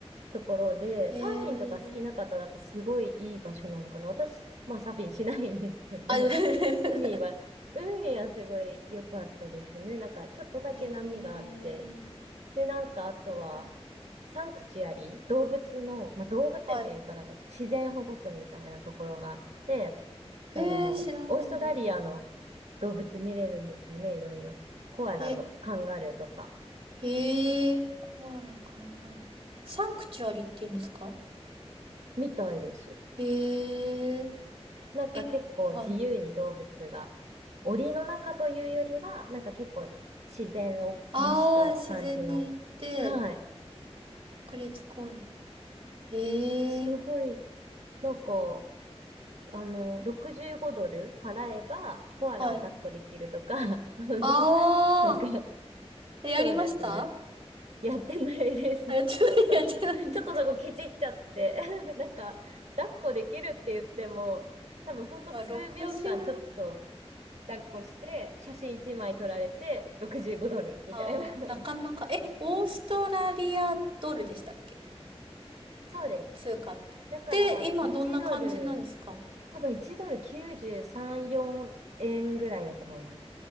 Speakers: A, on the right; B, on the right.
A: ところで、
B: へえ。
A: サーフィンとか好きな方だとすごいいい場所なのかな。私、まあサーフィンしないんですけど、
B: あ、<laughs>
A: <laughs> 海は、海はすごい良かったですね。なんかちょっとだけ波があって、
B: へえ。
A: で、なんかあとは、
B: あ
A: サンクチュアリ、動物の、まあ、動物園というかなんかちょっと自然保護区みたいなところがあって、
B: はい。はいへえ、
A: あの、
B: 知らないです。
A: オーストラリアの動物見れるんですよね、いろいろ。コアラとかカンガルーとか、
B: え、へえ、コアラ、カンガルー。サンクチュアリって言うんですか
A: みたいです。
B: へえ、
A: なんか結構自由に動物が、
B: え、はい。
A: 檻の中というよりは、なんか結構自然を模した感じの。
B: ああ、自然に行って、
A: はい。
B: 国立公園。へえ、
A: すごい、なんか、あの、65ドル払えばコアラを抱っこできるとか、
B: はい。
A: <laughs>
B: ああ、
A: なんか、
B: えやりました
A: そうですね。やってないです。
B: あ、やってない、
A: <laughs>
B: <laughs> やってないんだか。
A: ちょっとそこケチっちゃって <laughs> なんか、抱っこできるって言っても、多分ほんと数秒間ちょっと
B: まあ、65。
A: 抱っこして、写真1枚撮られて、65ドルみたいな
B: ああ、なかなか。え、オーストラリアドルでしたっけ
A: <laughs>。そうです。
B: 通貨って。
A: だから、
B: で、今どんな感じなんですか
A: 1ドル、多分1ドル93、4円ぐらいだと思います。